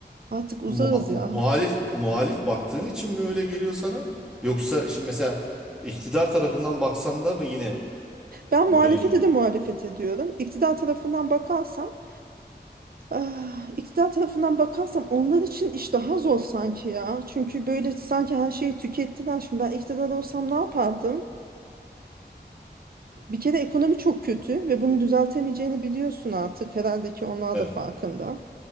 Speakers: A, on the right; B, in the centre.
A: artık uzağız
B: muha-
A: ya.
B: muhalif muhalif baktığın için mi öyle geliyor sana? Yoksa şimdi mesela iktidar tarafından baksan da mı yine
A: Ben
B: böyle
A: muhalefete
B: düşünüyorsun?
A: de muhalefet ediyorum. İktidar tarafından bakarsam, ah, iktidar tarafından bakarsam onlar için iş daha zor sanki ya. Çünkü böyle sanki her şeyi tükettiler. Şimdi ben iktidar olsam ne yapardım? Bir kere ekonomi çok kötü ve bunu düzeltemeyeceğini biliyorsun artık. Herhalde ki onlar
B: Evet,
A: da farkında.